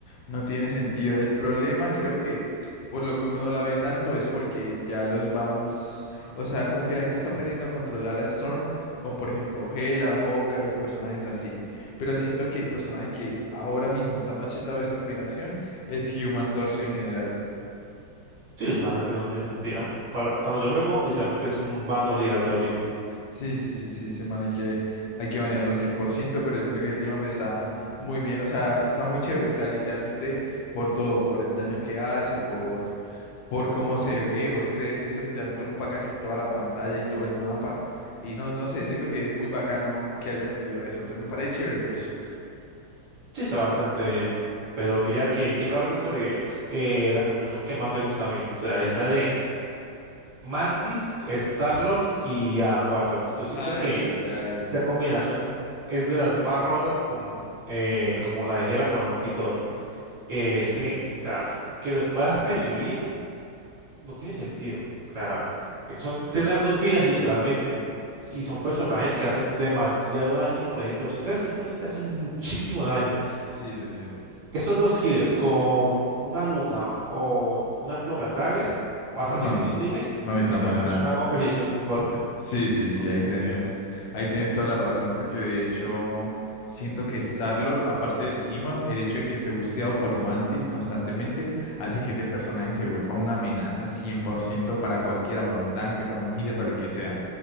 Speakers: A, on the left; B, on the right.
A: No tiene sentido. El problema creo que por lo que uno no la ve tanto es porque ya los BAMs, o sea, como que la gente está aprendiendo a controlar a Storm con, por ejemplo, Gela, Hawkeye o personajes así. Pero siento que el personaje que ahora mismo está machetado de esa combinación es Human Torso en general.
B: Sí, literalmente no tiene sentido. Para, cuando yo juego, literalmente es un ban obligatorio.
A: Sí, sí, sí, sí, semana hay que, hay que banearlo 100% pero siento que Team Up está muy bien, o sea, está muy chévere, o sea, literalmente por todo, por el daño que hace, por, por cómo se ve, vos crees, eso literalmente ocupa casi toda la pantalla y todo el mapa, y no, no sé, siento que es muy bacano que haya metido eso, o sea, me parece chévere, pues.
B: Sí, está bastante bien. Pero ya que quiero hablarte sobre eh, la combinación que más me gusta a mí. O sea, es la de Mantis, Starlord y Adam Warlock. Yo siento
A: Ay,
B: que
A: ay, ay.
B: esa combinación es de las más rotas como, eh, como la de Hela con Loki y Thor. Eh,
A: Uh,
B: es que, o sea,
A: sí,
B: que te puedas revivir no tiene sentido. O sea,
A: sí,
B: eh,
A: sí.
B: son tener dos vidas literalmente.
A: Sí,
B: Y
A: es
B: son
A: tener
B: personajes
A: dos vidas.
B: que hacen demasiado daño. Por ejemplo, los tres simplemente hacen muchísimo daño.
A: Sí, sí, sí.
B: Esos dos healers con una luna o una cloak and dagger o hasta
A: No,
B: chica invisible,
A: no necesita
B: simplemente
A: más nada.
B: es una competición muy fuerte.
A: Sí, sí, sí,
B: <laughs>
A: ahí tenés, ahí tenés toda la razón, porque de hecho siento que Star-Lord, aparte del team-up, el hecho de que esté busteado por Mantis constantemente hace que ese personaje se vuelva una amenaza 100% para cualquiera, para un tanque, para un healer, para el que sea,